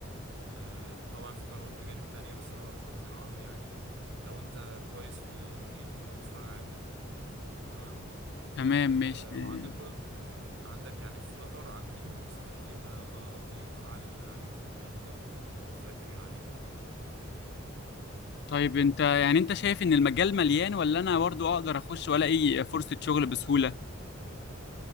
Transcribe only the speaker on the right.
آه، طبعا في قنوات أجانب تانية بس أنا برشح لك العربي يعني لو أنت كويس في الإنجليزي ممكن تتفرج على أجنبي تمام
آه،
وعندك برضه دوكيو- عندك يعني فلاتر عن ليها مثلا ليها آه، قصدي قناة على على اليوتيوب يعني أنت ممكن تذاكر من عليها